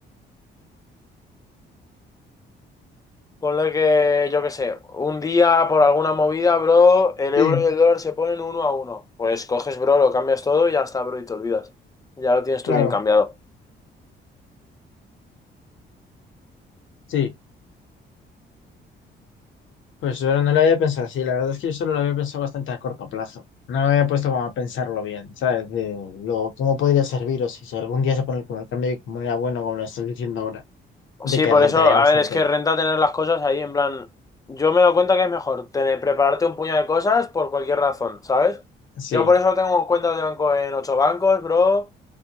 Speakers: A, on the left; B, on the left.
A: Ponle que, yo qué sé, un día por alguna movida, bro, el
B: Sí,
A: euro y el dólar se ponen uno a uno. Pues coges, bro, lo cambias todo y ya está, bro, y te olvidas. Ya lo tienes
B: claro.
A: tú bien cambiado.
B: Sí, pues yo no lo había pensado así. La verdad es que yo solo lo había pensado bastante a corto plazo. No me había puesto como a pensarlo bien, ¿sabes? De lo, cómo podría servir o si, si algún día se pone como el cambio y como era bueno, como lo estás diciendo ahora, de
A: Sí,
B: que
A: por
B: rentaría
A: eso, a
B: bastante.
A: ver, es que renta tener las cosas ahí, en plan, yo me doy cuenta que es mejor tener, prepararte un puño de cosas por cualquier razón, ¿sabes?
B: Sí,
A: Yo por eso tengo cuentas de banco en ocho bancos, bro.